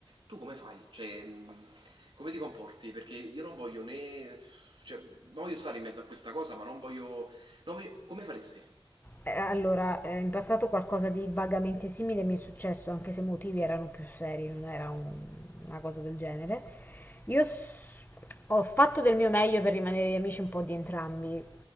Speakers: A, on the right; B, on the left.
A: tu come fai? Cioè, mhmm, come ti comporti? Perché io non voglio né cioè, non voglio stare in mezzo a questa cosa, ma non voglio non voglio come faresti?
B: Eh, Allora, eh, in passato qualcosa di vagamente simile mi è successo, anche se i motivi erano più seri, non era un- una cosa del genere. Io s- ho fatto del mio meglio per rimanere gli amici un po' di entrambi,